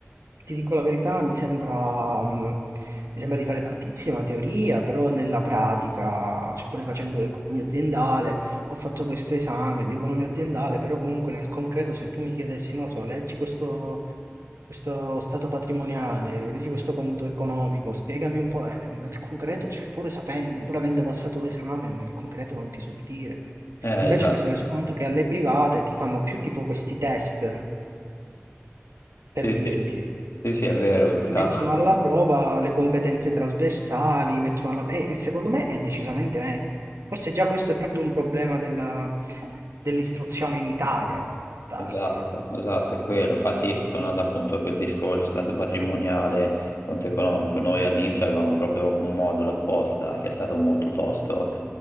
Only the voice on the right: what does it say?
ti dico la verità, mi sembra, mh, mi sembra di fare tantissima teoria, però nella pratica, cioè pure facendo economia aziendale, ho fatto questo esame di economia aziendale, però comunque nel concreto se tu mi chiedessi, non so, leggi questo, questo stato patrimoniale, leggi questo conto economico, spiegami un po', eh, nel concreto, cioè pure sapendo, pur avendo passato l'esame, nel concreto non ti so dire.
Invece
mi sono reso conto che alle private ti fanno più tipo questi test, per
dirti.
Ti mettono
alla prova le competenze trasversali, mettono alla... E, e secondo me è decisamente meglio. Forse già questo è proprio un problema della- dell'istruzione in Italia, può darsi.
È